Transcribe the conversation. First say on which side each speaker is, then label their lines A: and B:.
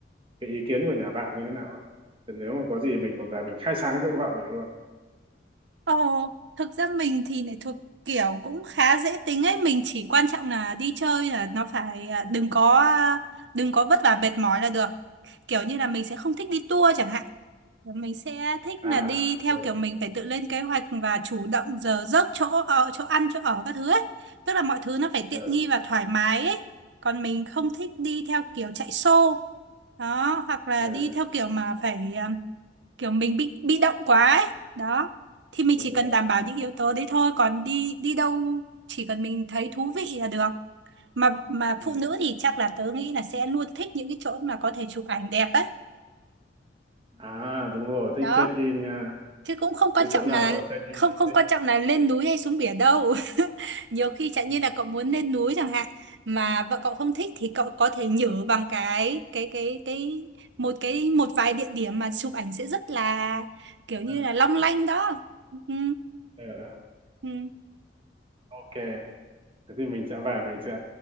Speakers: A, on the right (about 30°); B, on the right (about 85°).
A: cái ý kiến của nhà bạn như thế nào á thì nếu mà có gì mình còn tài mình khai sáng cho vợ mình luôn
B: Ồ, thực ra mình thì lại thuộc kiểu cũng khá dễ tính ấy, mình chỉ quan trọng là đi chơi là nó phải à, đừng có à, đừng có vất vả mệt mỏi là được. Kiểu như là mình sẽ không thích đi tour chẳng hạn mình sẽ thích
A: à
B: là đi theo
A: ờ
B: kiểu mình phải tự lên kế hoạch và chủ động giờ giấc chỗ ở chỗ ăn chỗ ở các thứ ấy tức là mọi thứ nó phải
A: ờ
B: tiện nghi và thoải mái ấy còn mình không thích đi theo kiểu chạy xô đó hoặc là
A: ờ,
B: đi theo kiểu mà phải um, kiểu mình bị bị động quá ấy đó thì mình
A: đúng
B: chỉ
A: rồi
B: cần đảm bảo những yếu tố đấy thôi còn đi đi đâu chỉ cần mình thấy thú vị là được mà mà
A: ừ.
B: phụ nữ thì chắc là tớ nghĩ là sẽ luôn thích những cái chỗ mà có thể chụp ảnh đẹp ấy
A: à đúng rồi thích
B: đó
A: check in nha
B: chứ cũng không quan
A: cứ
B: trọng
A: chỗ nào
B: là
A: có check in
B: không không
A: thích
B: quan trọng là lên núi hay xuống biển đâu <laughs> nhiều khi chẳng
A: ừ.
B: như là cậu muốn lên núi chẳng hạn mà vợ cậu không thích thì cậu có thể nhử bằng cái cái cái cái một cái một vài địa điểm mà chụp ảnh sẽ rất là kiểu như
A: Ờ,
B: là long lanh đó ừ,
A: ờ, ờ.
B: ừ.
A: ok thế thì mình sẽ về mình sẽ